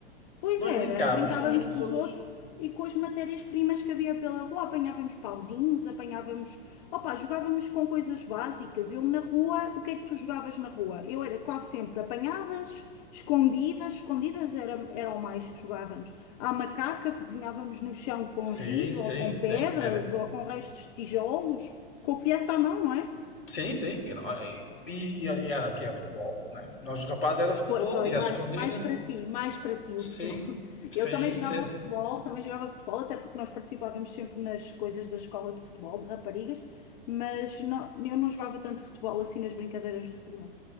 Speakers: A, on the left (about 40°); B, on the left (about 70°).
A: Pois
B: Nós
A: era,
B: brincávamos
A: brincávamos
B: uns com os
A: com
B: outros.
A: os outros e com as matérias-primas que havia pela rua. Apanhávamos pauzinhos, apanhávamos. Opa, jogávamos com coisas básicas. Eu na rua, o que é que tu jogavas na rua? Eu era quase sempre apanhadas, escondidas. Escondidas era, era o mais que jogávamos. À macaca que desenhávamos no chão com
B: Sim,
A: giz
B: sim,
A: ou com
B: sim.
A: pedras
B: Era,
A: ou com restos de tijolos, com o que viesse à mão, não é?
B: sim, sim. Era- E, e era aqui é futebol, né? Nós, os rapazes, era futebol
A: Pô- Pois,
B: e à
A: mais,
B: escondida.
A: mais para ti, mais para ti
B: Sim,
A: o futebol. <laughs>
B: sim,
A: Eu também jogava
B: sim.
A: futebol, também jogava futebol, até porque nós participávamos sempre nas coisas da escola de futebol, de raparigas, mas não- eu não jogava tanto futebol assim nas brincadeiras de rua.